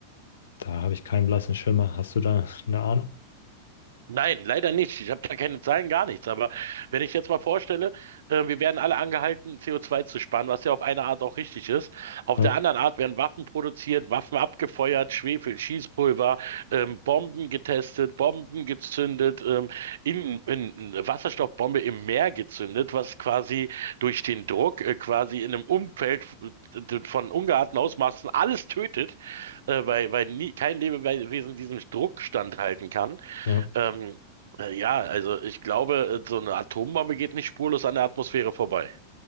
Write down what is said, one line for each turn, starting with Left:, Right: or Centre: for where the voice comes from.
Left: da habe ich keinen blassen Schimmer. Hast du da eine Ahnung?
Right: Nein, leider nicht. Ich habe da keine Zahlen, gar nichts. Aber wenn ich jetzt mal vorstelle, äh, wir werden alle angehalten, CO2 zu sparen, was ja auf eine Art auch richtig ist. Auf
Left: Ja,
Right: der anderen Art werden Waffen produziert, Waffen abgefeuert, Schwefel, Schießpulver, ähm, Bomben getestet, Bomben gezündet, ähm, in, in, eine Wasserstoffbombe im Meer gezündet, was quasi durch den Druck, äh, quasi in einem Umfeld äh, von ungeahnten Ausmaßen alles tötet, äh, weil, weil nie, kein Lebewesen diesen Druck standhalten kann.
Left: ja,
Right: Ähm, äh, ja, also ich glaube, äh, so eine Atombombe geht nicht spurlos an der Atmosphäre vorbei.